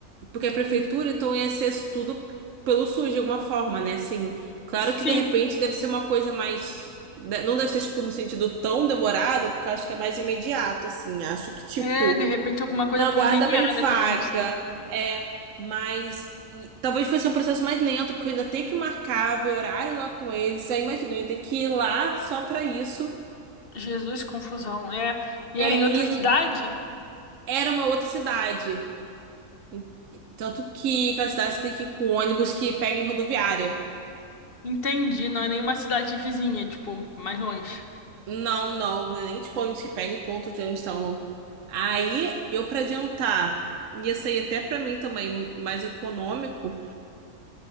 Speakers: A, on the right; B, on the left.
A: Porque
B: Entendi.
A: a prefeitura, então, ia ser tudo pelo SUS, de alguma forma, né? Assim, claro
B: Sim.
A: que de repente deve ser uma coisa mais. de- Não deve ser, tipo, no sentido tão demorado, porque eu acho que é mais imediato, assim. Acho que, tipo,
B: É, de repente alguma coisa
A: não aguarda
B: conveniada
A: bem vaca.
B: também, não sei.
A: É, mas. e talvez fosse um processo mais lento, porque eu ainda tenho que marcar, ver horário lá com eles. Aí imagina, eu ia ter que ir lá só pra isso.
B: Jesus, confusão. É, e era
A: É,
B: em outra
A: e
B: cidade?
A: era uma outra cidade. E- Tanto que aquela cidade você tem que ir com ônibus que pega em rodoviária.
B: Entendi, não é nenhuma cidade vizinha, tipo, mais longe.
A: Não, não, nem tipo ônibus que pega em ponto de ônibus e tal, não. Aí, eu pra adiantar, ia sair até pra mim também mais econômico,